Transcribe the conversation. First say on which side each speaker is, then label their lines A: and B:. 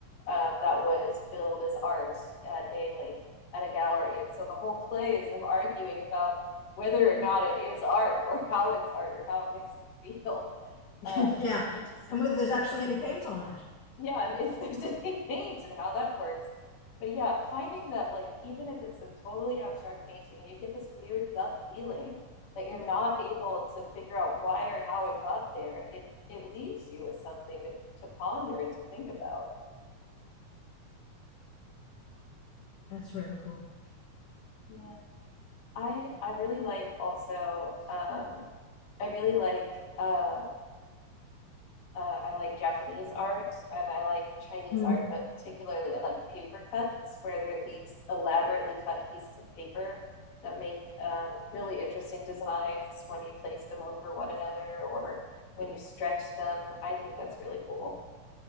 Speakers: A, on the left (about 80°); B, on the left (about 60°).
A: um, that was billed as art at a like at a gallery, and so the whole play is them arguing about whether or not it is art or how it's art or how it makes them feel, <laughs>
B: <laughs>
A: um,
B: Yeah.
A: which is
B: And whether there's
A: yeah,
B: actually any paint on it.
A: yeah, and if <laughs> there's any paint and how that works. But yeah, finding that like even if it's a totally abstract painting and you get this weird gut feeling that you're not able to figure out why or how it got there, it it leaves you with something to, to ponder and to think about.
B: That's really cool.
A: Yeah. I I really like also um I really like um Uh, I like Japanese art and I like Chinese
B: Hmm.
A: art, but particularly I like paper cuts, where there are these elaborately cut pieces of paper that make um, really interesting designs when you place them over one another or when you stretch them. I think that's really cool.